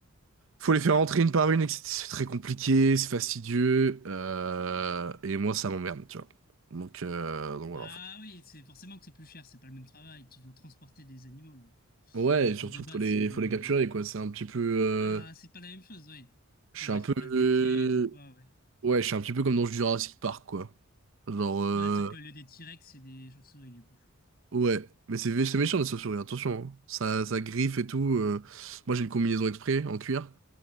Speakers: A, on the right; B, on the left.
A: Faut les faire entrer une par une, etc. C'est très compliqué, c'est fastidieux, euh, et moi ça m'emmerde, tu vois. Donc, euh, donc voilà.
B: Bah
A: enfin.
B: oui, c'est forcément que c'est plus cher, c'est pas le même travail, tu dois transporter des animaux là.
A: Ouais, et
B: Alors
A: surtout
B: de base,
A: faut les,
B: c'est les...
A: faut les capturer, quoi. C'est un petit peu, euh,
B: Bah, c'est pas la même chose, oui.
A: je
B: Tu
A: suis
B: dois
A: un
B: mettre
A: peu,
B: en place
A: euh,
B: des pièges ou quoi, ouais.
A: ouais, je suis un petit peu comme dans Jurassic Park, quoi. Genre, euh,
B: Ouais, sauf que le lieu des T-Rex, c'est des chauves-souris du coup.
A: ouais, mais c'est c'est méchant les chauves-souris, attention, hein. Ça, ça griffe et tout. euh. Moi j'ai une combinaison exprès en cuir.